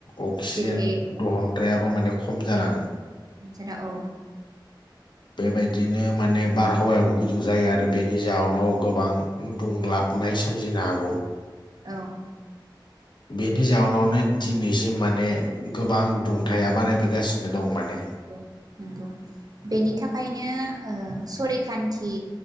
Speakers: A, on the left; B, on the right.
A: अक्सिजेन
B: जेरैहाय औ
A: दहनग्रायाबो माने खम जालाङो।
B: जोंना औ।
A: बेबायदिनो माने बारहावायाबो गुदुं जायो आरो बेनि जाउनाव गोबां। दुंलाबनाय सोमजिनो हागौ।
B: औ।
A: बेनि जाउनावनो दिनैसिम माने गोबां दुंथाया बारायबोगासिनो दं माने
B: औ नंगौ बेनि थाखायनो सरैखान्थि